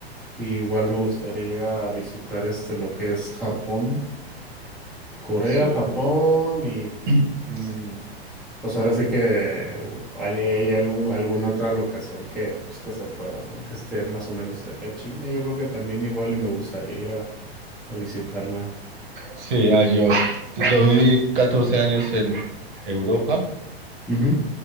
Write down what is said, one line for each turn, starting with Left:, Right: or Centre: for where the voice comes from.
Centre: igual me gustaría ir a visitar este lo que es Japón, Corea,
Right: Súper.
Centre: Japón y...
Right: <clears throat>
Centre: mm, pues ahora sí que hay, hay algún- alguna otra locación que, pues, que se pueda, ¿no? Que esté más o menos cerca de China. Yo creo que también igual y me gustaría ir a, a visitarla.
Right: Sí, ah, yo, yo viví 14 años en Europa,
Centre: Ujú.